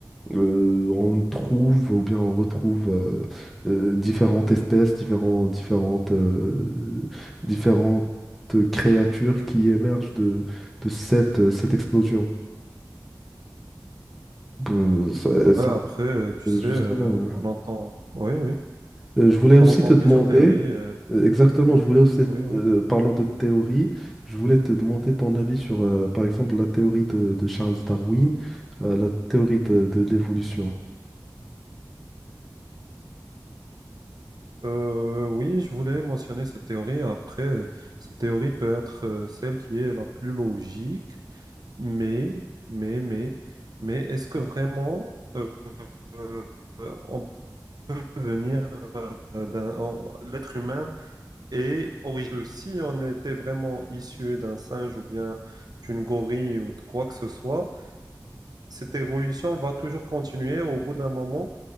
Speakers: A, in the centre; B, on the right.
A: euh, on trouve ou bien on retrouve euh, euh, différentes espèces, différents- différentes, euh, différentes créatures qui émergent de, de cette, cette explosion. Euh, ça,
B: Ouais,
A: ça,
B: après, euh, tu
A: justement,
B: sais, euh, on entend, oui, oui,
A: Euh, je voulais
B: on
A: aussi
B: entend
A: te
B: plusieurs
A: demander,
B: théories. euh,
A: euh, exactement,
B: Oui.
A: je voulais aussi,
B: Oui, oui.
A: euh, parlant de théorie, je voulais te demander ton avis sur, euh, par exemple, la théorie de, de Charles Darwin, euh, la théorie de, de l'évolution.
B: Euh, oui, je voulais mentionner cette théorie. Après, euh, cette théorie peut être euh, celle qui est la plus logique, mais, mais, mais, mais est-ce que vraiment euh, euh, on peut venir euh, d'un... en- L'être humain est originaire. Que si on était vraiment issu d'un singe ou bien d'une gorille ou de quoi que ce soit, cette évolution va toujours continuer. Au bout d'un moment,